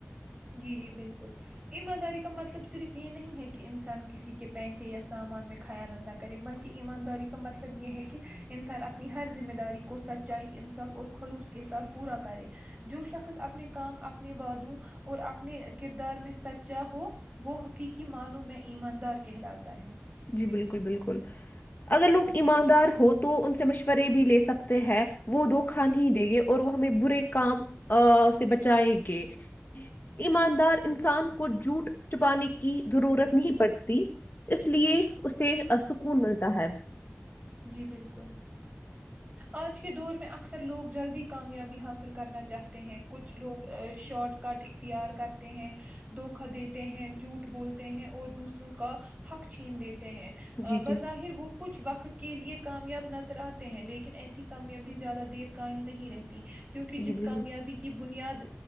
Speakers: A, on the right (about 25°); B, on the left (about 50°).
A: جی جی بالکل ایمانداری کا مطلب صرف یہ نہیں ہے کہ انسان کسی کے پیسے یا سامان میں خیانت نہ کرے بلکہ ایمانداری کا مطلب یہ ہے کہ انسان اپنی ہر ذمہ داری کو سچائی انصاف اور خلوص کے ساتھ پورا کرے جو شخص اپنے کام اپنے وعادوں اور اپنے کردار میں سچا ہو وہ حقیقی منوں میں ایماندار کہلاتا ہے
B: جی بالکل بالکل اگر لوگ ایماندار ہو تو ان سے مشورے بھی لے سکتے ہیں وہ دو کھا نہیں ہی دے گے اور وہ ہمیں برے کام سے بچائے گے ایماندار انسان کو جوٹ چپانے کی ضرورت نہیں پڑتی اس لیے اسےسکون ملتا ہے
A: جی بالکل آج کے دور میں اکثر لوگ جلدی کامیابی حاصل کرنا چاہتے ہیں کچھ لوگ شارٹ کٹ اختیار کرتے ہیں دھوکا دیتے ہیں جھوٹ بولتے ہیں اور دوسروں کا حق چھین دیتے ہیں
B: جی جی
A: بظاہر وہ کچھ وقت <unintelligible> کے لیے کامیاب نظر آتے ہیں لیکن ایسی کامیابی زیادہ دیر قائم نہیں رہتی کیونکہ
B: جی
A: جس
B: بالکل
A: کامیابی کی بنیاد